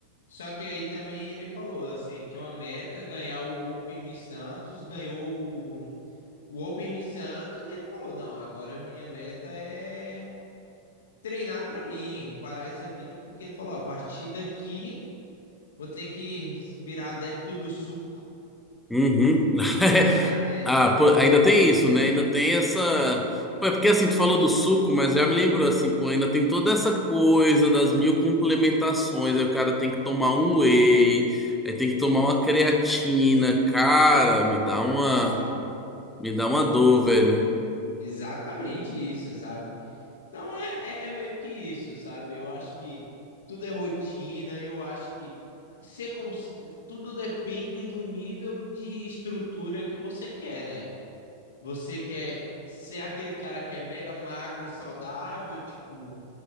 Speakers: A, on the left; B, in the centre.
A: Só que aí também ele falou assim, tinha uma meta, ganhar o Open Miss Santos, ganhou o o Open Miss Santos, e ele falou, não, agora a minha meta é treinar para mim, parar essa vida, porque ele falou: ó, a partir daqui vou ter que virar adepto do suco.
B: Uhum. <laughs>
A: Ah, <laughs> é, então,
B: Ah, pô, ainda tem isso, né? Ainda tem essa. Pô, é porque assim, tu falou do suco, mas já me lembrou assim, pô, ainda tem toda essa coisa das mil complementações. Aí o cara tem que tomar um whey, aí tem que tomar uma creatina. Cara,
A: exa
B: me dá uma. Me dá uma
A: Ex
B: dor, velho.
A: exatamente isso, sabe? Então é, é, é, meio que isso, sabe? Eu acho que tudo é rotina, eu acho que ser cons... tudo depende do nível de estrutura que você quer, né? Você quer ser aquele cara que é mega magro e saudável, tipo